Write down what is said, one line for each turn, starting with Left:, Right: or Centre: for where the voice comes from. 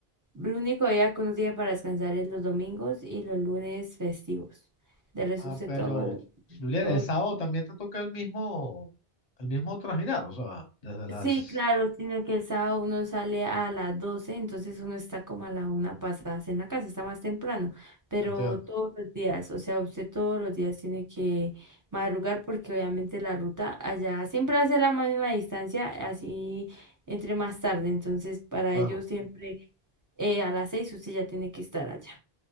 Right: el único día que uno tiene para descansar es los domingos y los lunes festivos. De resto,
Left: Ah,
Right: usted
Left: pero,
Right: todo lo...
Left: Julián,
Right: todo
Left: el sábado también te toca el mismo, el mismo trajinar, o sea, desde las...
Right: Sí, claro, sino que el sábado uno sale a las 12, entonces uno está como a la una pasadas en la casa, está más temprano, pero
Left: Entiendo,
Right: todos los días, o sea, usted todos los días tiene que madrugar porque obviamente la ruta allá siempre hace la misma distancia, así entre más tarde, entonces para
Left: claro,
Right: ellos siempre eh, a las seis usted ya tiene que estar allá.